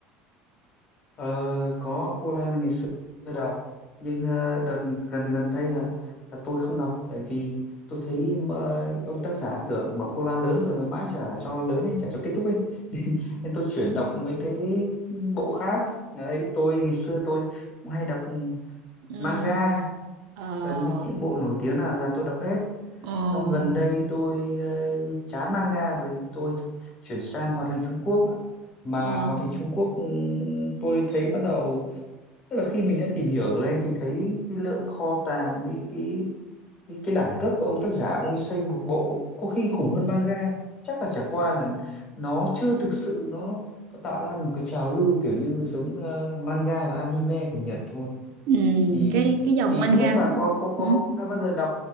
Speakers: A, on the left (about 30°); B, on the right (about 65°).
A: Ờ, có cô Lan ngày xưa tôi đọc nhưng ờ, đợt gần gần đây là là tôi không đọc tại vì tôi thấy ờ, ông tác giả tưởng bảo cô Lan lớn rồi mà mãi chả cho lớn ấy chả cho kết thúc ấy <laughs> nên tôi chuyển đọc mấy cái bộ khác đấy tôi ngày xưa tôi cũng hay đọc
B: ừ,
A: manga
B: ờ,
A: gần như những bộ nổi tiếng là, là tôi đọc hết
B: ờ,
A: xong gần đây tôi ờ, chán manga rồi thì tôi th- chuyển sang hoạt hình Trung Quốc ạ. mà
B: ờ,
A: hoạt hình Trung Quốc ừm, tôi thấy bắt đầu tức là khi mình đã tìm hiểu rồi ấy, thì thấy cái lượng kho tàng với cái cái cái đẳng cấp của ông tác giả ông ấy xây một bộ có khi khủng hơn manga chắc là chả qua là nó chưa thực sự nó có tạo ra được một cái trào lưu kiểu như giống ờ, manga và anime của Nhật thôi
B: ừ,
A: thì
B: cái cái dòng
A: thì
B: manga
A: không biết bà có có có
B: ừ,
A: đã bao giờ đọc